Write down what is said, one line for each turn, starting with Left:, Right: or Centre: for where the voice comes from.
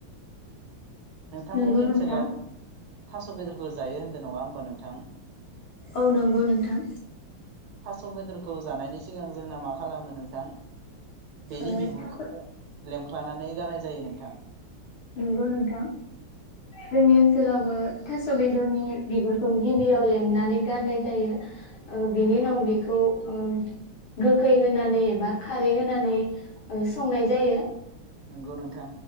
Right: नोंथांमोननि
Left: नंगौ नोंथां
Right: ओनसोलाव थास‌' बेदरखौ जायो होन्दो नङा होमबा नोंथां।
Left: औ नंगौ नोंथां।
Right: थास' बेदरखौ जानायनि सिगां जोंना मा खालामो नोंथां? बेनि
Left: ओ
Right: बिगुरखौ
Left: थास'
Right: लेमख्लानानै गारनाय जायो नों थां
Left: नंगौ नोंथां जोंनि ओनसोलावबो थास' बेदरनि बिगुर ओं गिबियाव लेमनानै गारनाय जायो ओ बिनि उनाव बेखौ ओ गोखै होनानै एबा खारै होनानै ओ संनाय जायो।
Right: नंगौ नोंथां